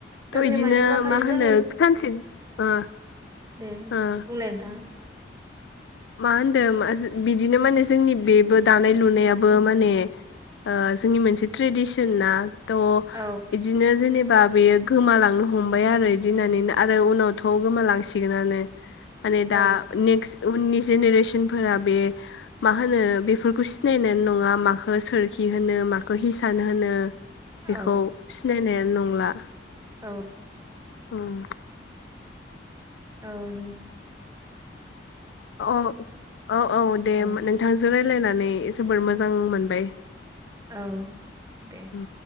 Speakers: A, on the left; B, on the right.
A: थ'
B: जोंनि
A: बिदिनो
B: माने माखासे
A: मा होनो
B: जों
A: सानसे ओ
B: दे
A: ओ
B: बुंलाय नोंथाङा।
A: मा होनदों माज- बिदिनो माने जोंनि बेबो दानाय लुनायाबो माने ओ जोंनि मोनसे ट्रेडिसन ना थ'
B: औ
A: बिदिनो जेने बा बेयो गोमालांनो हमबाय आरो बिदि होननानै आरो उनावथ' गोमालांसिगोनानो। माने
B: औ
A: दा नेक्स् उननि जेनेरेसन फोरा बे मा होनो बेफोरखौ सिनायनायानो नङा माखौ सोरखि होनो माखौ हिसान होनो।
B: औ
A: बेखौ सिनायनायानो नंला
B: औ
A: उम।
B: औन।
A: औ-औ-औ-औ दे
B: औ
A: नोंथांजों राय लायनानै जोबोर मोजां मोनबाय।
B: औ दे।
A: उम